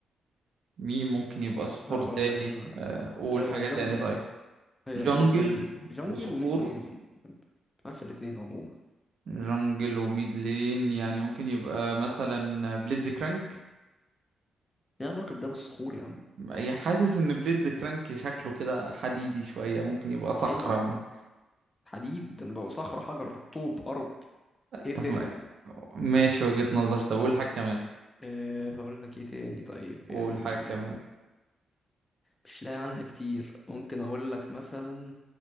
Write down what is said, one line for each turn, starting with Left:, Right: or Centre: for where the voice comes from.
Right: مين ممكن يبقى صخور
Left: هقول
Right: تاني
Left: لك انا
Right: آه قول
Left: آه
Right: حاجة
Left: جونجل
Right: تاني طيب
Left: هي
Right: جنجل
Left: ج- يعني جونجل
Right: وصخور
Left: وميد لين عارف الاتنين عموما
Right: جنجل وميد لين يعني ممكن يبقى مثلا بليدز كرانك
Left: ايه علاقة ده بالصخور يا عم
Right: يعني حاسس ان بليدز كرانك شكله كده حديدي شوية ممكن يبقى صخرة
Left: ايوه حديد انا بقى صخر حجر طوب ارض ايه
Right: طب
Left: الدنيا <laughs>
Right: ماشي وجهة نظر طب قول حاجة كمان
Left: أه هقول لك ايه تاني طيب
Right: قول
Left: يعني
Right: حاجة كمان
Left: مش لاقي عنها كتير ممكن اقول لك مثلا